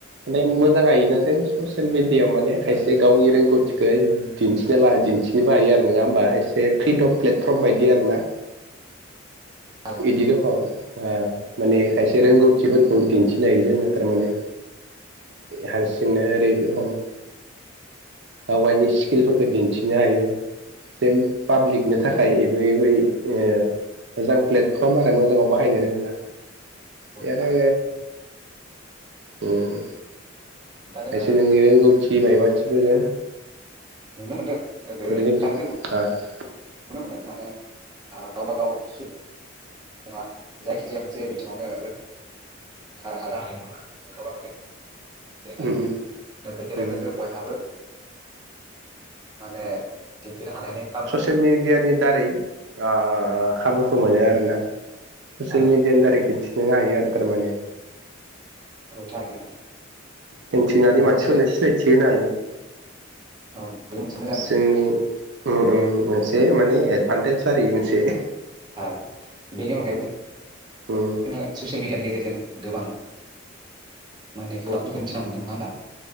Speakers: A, on the right; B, on the right.
A: माने मोजाङयोना जेन ससियेल मिडियाायाव माने खायसे गावनि रोंगौथिखौ दिन्थि दिन्थिनोबो हायो आरो नङा होमबा एसे फ्रिदम प्लेटफर्म बायदि आरो ना।
B: थारैनो
A: बिदि रखम माने खायसे रोंगौथिफोरखौ दिन्थिनाय जोङो थारमाने। हारसिंनाय ओरै रखम। आवगायनि स्किलफोरखौ दिन्थिनो हायो। सेम पाब्लिकनो एबो
B: औ
A: एबो थाखायबो मोजां प्लेटफर्म आरो मोजाङाव बाहायनो रोंबा बे
B: थारैनो
A: आरो ओम
B: दा जोङो
A: खायसे नोंनि रोंगौथि माइबाथिफोरजों
B: ओ नुनो मोनदों। दा बे
A: बोरैबा <inaudible>
B: सानैजों नुनो मोनदों माने गावबा गाव सु नङा जायखिजाया मोनसे बिथिङावनो रोंखा राखा जाखायो नंगा होनबा बेखौ गेलायो
A: उम उम
B: दा बे गेलेफोरखौ
A: उम
B: बयहाबो माने दिंथिनो हालायनायनि
A: ससियेल मिडियानि दारै आह खाबुखौ मोनो आरोना। ससियेल
B: थारैनो
A: मिडियानि दारै खिन्थिनो हायो आरो थारमाने।
B: औ थारैनो नोंथां।
A: दिनथिनानै
B: दा बे
A: मानसिफोरनो
B: मोनसे
A: सिनायथि होनो हायो।
B: औ बे मोनसे मोजां बिथिं।
A: जोंनि उम उम मोनसे माने एदभान्टेज आरो इयो मोनसे।
B: थां बेनि अनगायैबो
A: उम।
B: ओ ससियेल मिडियानि गेजेरजों गोबां मोनै आखलखौ मिथिना मोनो नङा होमबा?